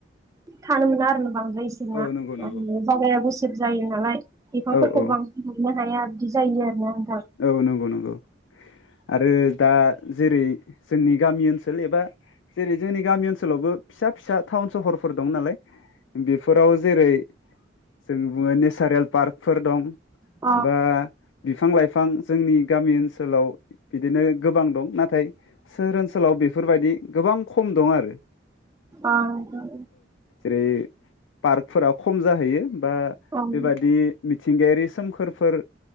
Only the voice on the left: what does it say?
औ नंगौ नंगौ
औ औ
औ नंगौ नंगौ आरो दा जेरै जोंनि गामि ओनसोल एबा जेरै जोंनि गामि ओनसोलावबो फिसा फिसा टाउन सहरफोर दं नालाय बेफोराव जेरै जों बुङो नेचारेल पार्कफोर दं
बा बिफां लाइफां फां जोंनि गामि ओनसोलाव बिदिनो गोबां दं नाथाय सोहोर ओनसोलाव बेफोरबायदि गोबां खम दं आरो
बे पार्कफोरा खम जाहैयो बा
बेबादि मिथिंगायारि सोमखोरफोर